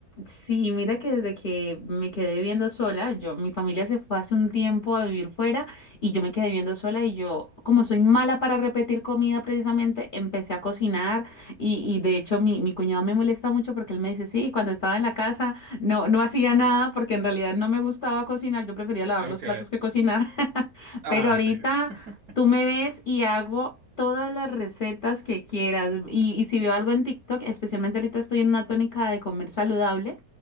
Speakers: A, on the left; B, on the right.
A: Sí, mira que desde que me quedé viviendo sola, yo, mi familia se fue hace un tiempo a vivir fuera y yo me quedé viviendo sola y yo, como soy mala para repetir comida precisamente, empecé a cocinar y, y de hecho mi, mi cuñado me molesta mucho porque él me dice, sí, cuando estaba en la casa no, no hacía nada porque en realidad no me gustaba cocinar, yo prefería lavar
B: Ok.
A: los platos que cocinar, <laughs>
B: Ah,
A: pero ahorita...
B: sí. <laughs>
A: Tú me ves y hago todas las recetas que quieras. Y, y si veo algo en TikTok, especialmente ahorita estoy en una tónica de comer saludable,